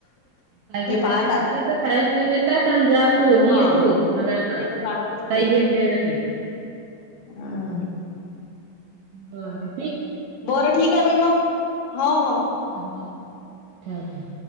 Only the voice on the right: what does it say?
काही काही
पेरेंट्स
काय करतात शाळस घेऊन जातात आणि जा तू
न् ये
तू म्हणत - ह
काही घेण देण नाही.
हो आले.
हो. ठेवते.